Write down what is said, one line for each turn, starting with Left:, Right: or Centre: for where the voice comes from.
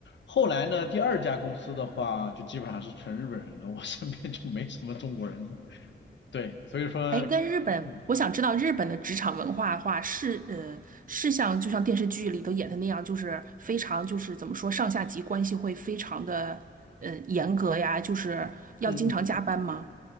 Left: 后来呢，第二家公司的话，就基本上是纯日本人了，我身边就没什么中国人了对，所以说，
Right: 哎，跟日本，
Left: 嗯
Right: 我想知道日本的职场文化的话，是呃是像就像电视剧里头演的那样，就是非常就是怎么说上下级关系会非常的呃严格呀，就是要经常加班吗？
Left: 嗯嗯。